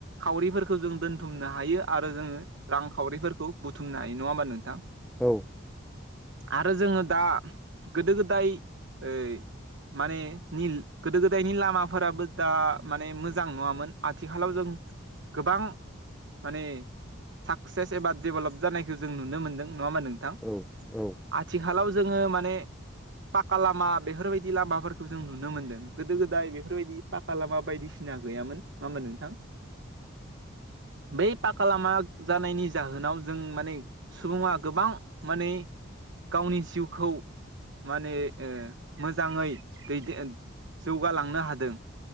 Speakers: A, on the right; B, in the centre.
A: खावरिफोरखौ जों दोनथुमनो हायो आरो जोङो। रांखावरिफोरखौ बुथुमनो हायो नङा होमबा नोंथां?
B: औ
A: आरो जोङो दा गोदो गोदाय ओ माने नि गोदो गोदायनि लाम माफोराबो दा माने मोजां नङामोन आथिखालाव जों गोबां माने साकसेस एबा डेभेलप जानायखौ जों नुनो मोन्दों नङा होमबा नोंथां?
B: औ औ
A: आथिखालाव जोङो माने पाका लामा बेफोरबायदि लामाफोरखौ जों नुनो मोन्दों गोदो गोदाय बेफोर बेफोरबायदि पाखा लामा बायदिसिना गैयामोन नङा होमबा नोंथां? बै पाका लामा जानायनि जाहोनाव जों माने सुबुङा गोबां माने गावनि जिउखौ माने मोजाङै दैदेन जौगालांनो हा दों